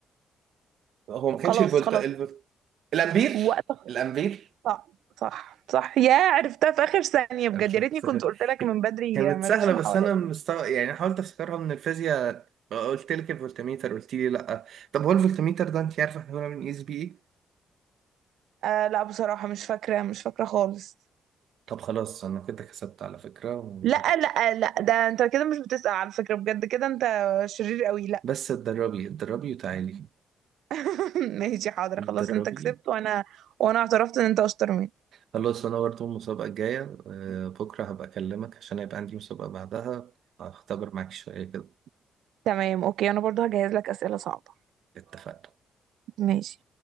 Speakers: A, on the right; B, on the right.
A: هو ما كانش
B: خلاص
A: الفولت
B: خلاص
A: الفولت الامبير
B: وقت
A: الامبير
B: صح صح صح يا عرفتها في آخر ثانية بجد
A: عرفت
B: يا
A: افتكر
B: ريتني كنت قلت لك من بدري
A: كانت
B: مالكش
A: سهلة
B: محاولات
A: بس أنا مستوى يعني حاولت أفتكرها من الفيزياء قلت لك الفولتميتر قلت لي لأ طب هو الفولتميتر ده أنت عارفة إحنا بنعمل من إس بي إيه؟
B: آه لا بصراحة مش فاكرة مش فاكرة خالص
A: طب خلاص أنا كده كسبت على فكرة و-
B: لا لا لا ده انت كده مش بتسأل على فكرة بجد كده انت شرير قوي لا
A: بس اتدربي اتدربي وتعالي
B: <laughs> ماشي حاضر
A: اتدربي
B: خلاص انت كسبت وانا وانا اعترفت ان انت اشطر مني
A: خلاص أنا برضه المسابقة الجاية آه، بكرة هبقى أكلمك عشان هيبقى عندي مسابقة بعدها هختبر معاك شوية كده
B: تمام اوكي انا برضو هجهز لك أسئلة صعبة
A: اتفقنا
B: ماشي